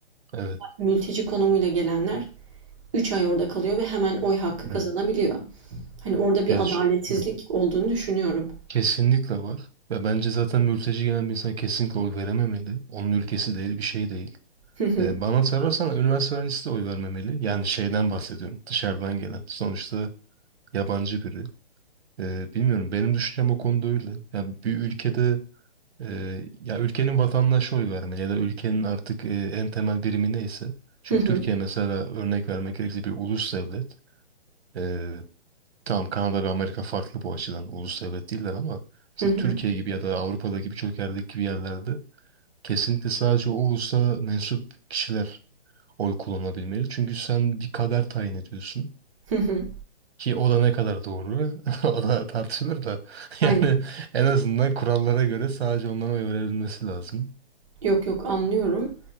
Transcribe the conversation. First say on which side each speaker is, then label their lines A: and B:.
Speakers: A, on the right (about 75°); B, on the right (about 30°).
A: Evet.
B: Mülteci konumuyla gelenler 3 ay orada kalıyor ve hemen oy hakkı
A: Hı
B: kazanabiliyor.
A: hı.
B: Hani orada bir
A: Ya
B: adaletsizlik
A: şu- hı.
B: olduğunu düşünüyorum.
A: Kesinlikle var. Ve bence zaten mülteci gelen bir insan kesinlikle oy verememeli. Onun ülkesi değil, bir şey değil.
B: Hı hı.
A: E, bana sorarsan üniversite öğrencisi de oy vermemeli. Yani şeyden bahsediyorum. Dışarıdan gelen. Sonuçta yabancı biri. E, bilmiyorum. Benim düşüncem o konuda öyle. Yani bir ülkede Eee, ya ülkenin vatandaşı oy vermeli ya da ülkenin artık eee, en temel birimi neyse. Çünkü
B: Hı hı.
A: Türkiye mesela örnek vermek gerekirse bir ulus devlet. Eee tamam Kanada ve Amerika farklı bu açıdan ulus devlet değiller ama mesela
B: Hı hı.
A: Türkiye gibi ya da Avrupa'daki birçok yerdeki gibi yerlerde kesinlikle sadece o ulusa mensup kişiler oy kullanabilmeli. Çünkü sen bir kader tayin ediyorsun.
B: Hı hı.
A: Ki o da ne kadar doğru <laughs> o da tartışılır da <laughs> yani
B: Aynen.
A: en azından kurallara göre sadece onların oy verebilmesi lazım.
B: Yok yok anlıyorum.